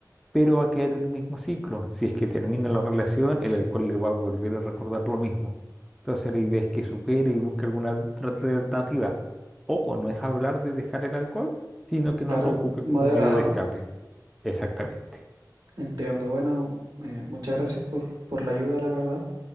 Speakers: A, in the centre; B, on the right.
A: pero va a caer en el mismo ciclo. Si es que termina la relación, el alcohol le va a volver a recordar lo mismo. Entonces la idea es que supere y busque alguna otra alternativa. Ojo, no es hablar de dejar el alcohol, sino que no
B: claro,
A: lo ocupe
B: moderado,
A: como un medio de
B: ¿no?
A: escape. Exactamente.
B: Entiendo. Bueno, eh, muchas gracias por, por la ayuda, la verdad.